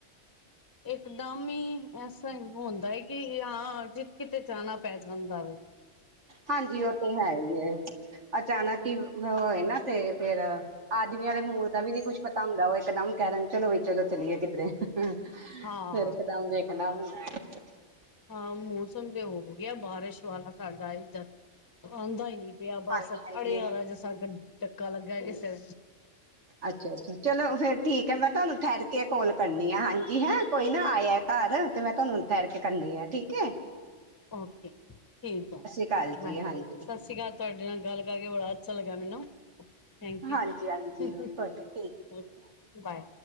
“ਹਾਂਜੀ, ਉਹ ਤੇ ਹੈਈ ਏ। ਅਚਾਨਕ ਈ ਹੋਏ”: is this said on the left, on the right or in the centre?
Right